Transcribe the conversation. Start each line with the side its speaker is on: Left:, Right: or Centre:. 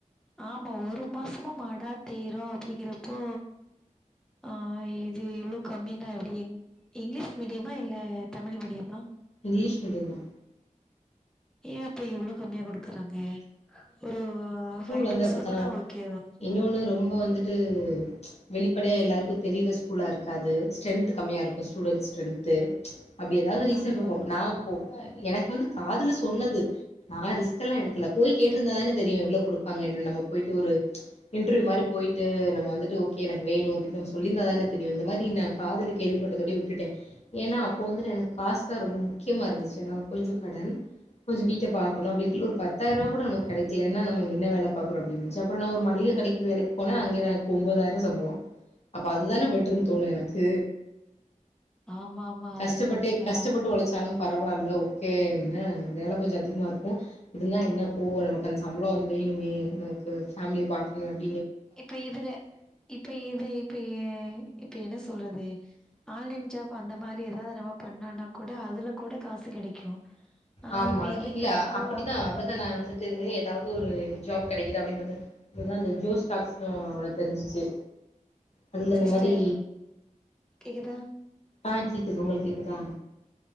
Centre: ஆமா ஒரு மாசமு மடா தேய்றோ அப்டிங்கிறப்போ ஆஹ் இது இவ்ளோ கம்மி தா எப்டியும் இங்கிலிஷ் மீடியமா இல்ல தமிழ் மீடியமா
Left: இங்கிலிஷ் மீடியம் தா
Centre: ஏ அப்ப இவ்ளோ கம்மியா குடுக்க றாங்க ஒரு ஃபைவ்
Left: ந்து
Centre: தௌசண்ட்
Left: அப்டித்தா
Centre: கூட ஓகே தா
Left: இன்னோன்னு ரொம்ப வந்துட்டு வெளிப்படையா எல்லாருக்கு தெரியிற ஸ் ஃபுல்லா இருக்காது ஸ்டென்த் கம்மியா யாருக்கு ஸ்டூடென்ட் ஸ்ட்ரென்த்து அப்டி எதாவ்து ரீசன்
Centre: ஆஹா
Left: இருக்கு நாப் போ எனக்கு வந்து காதுல சொன்னது நா ரிஸ்கலா எடுக்கல போய் கேட்ருந்தா தானே தெரியு எவ்ளோ குடுப்பாங்க என்னனு நம்ம போய்ட்டு ஒரு இன் ட்ரிவ் மாரி போயிட்டு நம்ம வந்துட்டு ஓகே எனக்கு வேணு அப்டினு நம்ம சொல்லிருந்தானே தெரியு இந்த மாரி நா காதுல கேள்விப்பட்டதோடே விட்டுட்டே ஏனா அப்போ வந்து எனக்கு காசு தா ரொம்ப முக்கியமா இருந்துச்சு ஏனா கொஞ்ச கடன் கொஞ்ச வீட்ட பாக்கணு அப்டின்டு ஒரு பத் பத்தாயிரூவா கூட நமக்கு கெடைக்கலேனா நம்ம என்ன வேல பாக்குறோ அப்டின் இருன்ச்சு அப்றோ நா ஒரு மளிக கடைக்கு வேலைக்கு போனா அங்கே எனக்கு ஒன்பதாயிர சம்பள அப்ப அதுதானே பெட்டர்னு தோணு எனக்கு
Centre: ஆமா ஆமா
Left: கஷ்டப்பட்டே
Centre: அதா உண்மதா
Left: கஷ்டப்பட்டு ஒழச்சாலு பரவால்ல ஓகே என்ன வேல கொஞ்ச அதிகமா இருக்கு இருந்தா என்ன இப்போ நமக்கு அந்த சம்பள வந்து வேணுமே நம்மளுக்கு ஃபேம்லிய பாக்கணுமே அப்
Centre: இப்ப இதுல இப்ப இது இப்ப ஏ இப்ப என்ன சொல்றது ஆன்லைன் ஜாப் அந்த மாரி எதாவ்து நம்ம பண்ணோனா கூட அதுல கூட காசு கெடைக்கு ஆனா
Left: ஆமா
Centre: இப்ப இதுங்கிறப்போ
Left: இல்ல அப்டிதா அப்டிதா நா வந்துட்டு எதாவ்து ஒரு ஜாப் கெடைக்குதா அப்டின் பாத்தா ஒரு நாள் இந்த ஜோஸ் டாக்ஸ்னு ஒன்னு தெரிஞ்சிச்சு அதுல
Centre: சிஸ்டர்
Left: அந்த மாரி
Centre: கேக்குதா
Left: ஆஹ் கேக்குது உங்களுக்கு கேக்குதா